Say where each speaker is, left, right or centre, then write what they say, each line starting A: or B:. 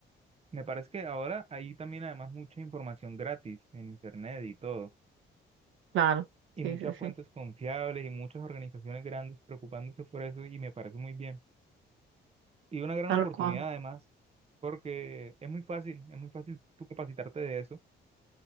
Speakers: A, on the right; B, on the right.
A: me parece que ahora hay también además mucha información gratis en internet y todo.
B: Claro,
A: y
B: sí,
A: muchas
B: sí,
A: fuentes
B: sí,
A: confiables y muchas organizaciones grandes preocupándose por eso y me parece muy bien. Y una gran
B: tal
A: oportunidad
B: cual.
A: además, porque es muy fácil, es muy fácil tú capacitarte de eso